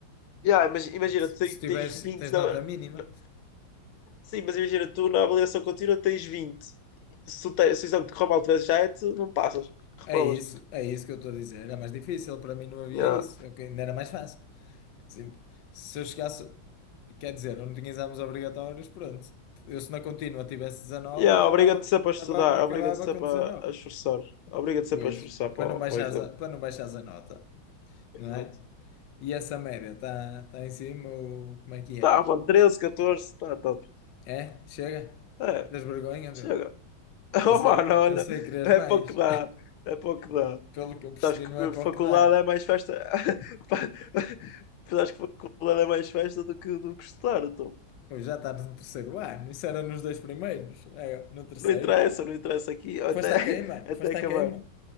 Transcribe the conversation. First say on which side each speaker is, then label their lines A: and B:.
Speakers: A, on the left (about 85°); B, on the left (about 65°).
A: Yeah, mas imagina,
B: Porque se
A: tens,
B: se tiveres,
A: tens 20
B: tens
A: na...
B: nota mínima,
A: na- Sim, mas imagina, tu na avaliação contínua tens vinte Se, tu te- se o exame te correr mal, tiveres 7, não passas, reprovas.
B: é isso, é isso que eu estou a dizer. Era mais difícil, para mim não havia
A: Yeah.
B: isso. Eu, que- ainda era mais fácil. Assim, Se eu chegasse, quer dizer, eu não tinha exames obrigatórios, pronto. Eu se na contínua tivesse 19,
A: Yeah,
B: acabava,
A: obriga-te sempre a estudar,
B: acaba- acabava
A: obriga-te sempre
B: com 19.
A: a, a esforçar, obriga-te
B: Pois,
A: sempre a esforçar para
B: para
A: o,
B: não baixares
A: para o exame.
B: a, para não baixares a nota,
A: Exato.
B: não é? E essa média está tá tá em cima ou como é que
A: Tá,
B: é?
A: mano, 13, 14, tá top.
B: É? Chega?
A: É,
B: Tens vergonha, meu?
A: chega. <laughs>
B: Pensei,
A: Oh, mano, olha,
B: pensei que querias
A: é
B: mais.
A: pouco que dá, é pouco que dá.
B: <laughs> Pelo que eu percebi,
A: Sabes que
B: não é para
A: faculdade
B: o que dá.
A: é mais festa. <laughs> Pa- Sabes que faculdade é mais festa do que, do que estudar, então.
B: Pois já estás no terceiro ano. Isso era nos dois primeiros. É, no terceiro.
A: Não interessa, não interessa aqui, até,
B: Foste
A: <laughs>
B: à queima?
A: até
B: Foste
A: acabar.
B: à queima?